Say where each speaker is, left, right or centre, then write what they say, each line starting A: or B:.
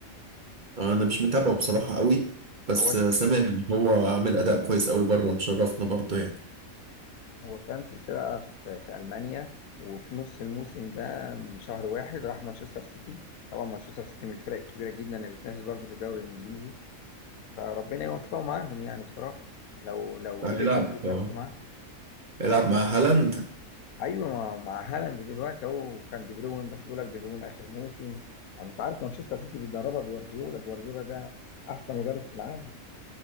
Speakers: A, on the right (about 40°); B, on the left (about 90°).
A: انا مش متابعه بصراحه قوي بس
B: هو لسه
A: سامع ان هو عامل اداء كويس قوي بره مشرفنا برضه يعني
B: هو كان في فرقة في, في ألمانيا وفي نص الموسم ده من شهر واحد راح مانشستر سيتي طبعا مانشستر سيتي من الفرق الكبيرة جدا اللي بتنافس برضه في الدوري الإنجليزي فربنا يوفقه معاهم يعني بصراحة لو لو
A: هيلعب
B: قدر يثبت نفسه
A: آه،
B: معاهم
A: هيلعب مع هالاند
B: أيوة مع, مع هالاند دلوقتي أهو كان دي بروين بس بيقول لك دي بروين آخر موسم يعني أنت عارف مانشستر سيتي بيدربها جوارديولا جوارديولا ده أحسن مدرب في العالم